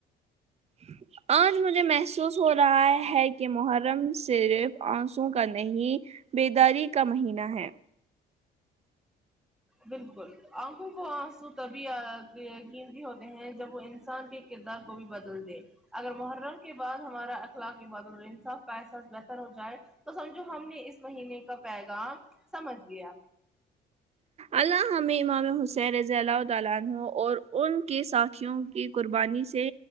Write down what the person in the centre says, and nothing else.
بالکل آنکھوں کو آنسو تبھی آ اتے ہے قیمتی ہوتے ہیں جب وہ انسان کے کردار کو بھی بدل دے اگر محرم کے بعد ہمارا اخلاق کے بعد السا پس بہتر ہو جائے تو سمجھو ہم نے اس مہینے کا پیغام سمجھ لیا